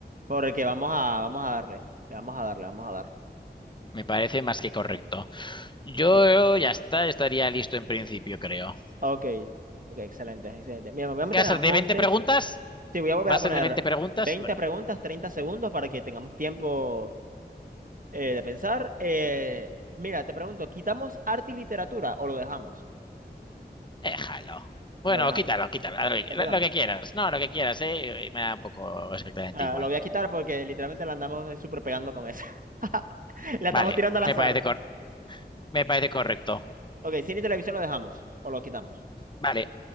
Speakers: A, on the right; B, on the left.
A: Porque vamos a, vamos a darle. Le vamos a darle, vamos a dar.
B: Me parece más que correcto. Yo
A: Ok,
B: ya está, estaría listo en principio, creo.
A: ok, ok, excelente, excelente. Mira, me voy a meter
B: ¿Qué va a
A: en
B: ser?
A: ajustes.
B: ¿De 20 preguntas?
A: Sí, voy a volver
B: ¿Va
A: a
B: a ser
A: poner
B: de veinte preguntas
A: 20
B: va a ser de veinte preguntas
A: preguntas, 30 segundos para que tengamos tiempo eh, de pensar. Eh, mira, te pregunto, ¿quitamos arte y literatura o lo dejamos?
B: Déjalo. Bueno,
A: Lo dejamos.
B: quítalo, quítalo, lo que,
A: ¿Lo
B: lo-
A: quitamos?
B: lo que quieras. No, lo que quieras, ¿eh? Y Me da un poco exactamente
A: Ah,
B: igual.
A: lo voy a quitar porque literalmente la andamos eh, súper pegando con eso. <laughs> La
B: Vale,
A: estamos tirando al azar.
B: me parece, cor- me parece correcto.
A: Ok, cine y televisión lo dejamos o lo quitamos.
B: Vale,